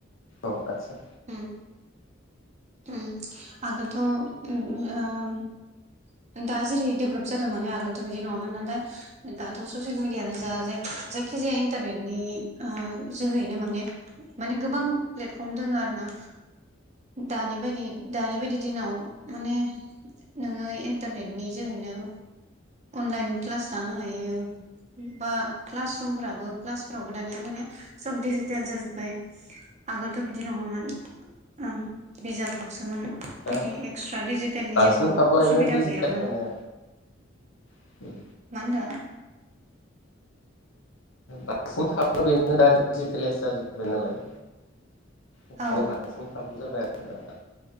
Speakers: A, on the left; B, on the right.
A: औ आतसा
B: ओम ओम आगोल थ' ओम ओम दा जेरै डेभेलप जादोंमोन आगोलथ' बिदि नङामोन नालाय दाथ' ससियेल मेडियानो जा जायखिजाया इन्टारनेटनि ओ जोहैनो माने माने गोबां प्लेटफर्म दङ आरो ना दानि बायदि दानि बायदि दिनाव माने नोङो इन्टारनेट नि जोहैनो अनलाइन क्लास लानो हायो बा क्लास रुमफ्राबो क्लासफोरावबो दानिया माने सब डिजिटेल जाजोब्बाय। आगोलथ' बिदि नङामोन। आं बिजाबल'सोमोन
A: दा
B: बिदि एक्सट्रा डिजिटेलनि
A: बांसिन
B: जेबो
A: खाबुआनो
B: सुबिदा
A: डिजिटेल
B: गैयामोन।
A: जानाय आरो
B: मा होन्दो?
A: बांसिम खाबुआ बेनो दा डिजिटेलाइस जाजोबबाय नालाय बेखायनो
B: औ
A: बांनसिन खाबु जाबाय आरो दा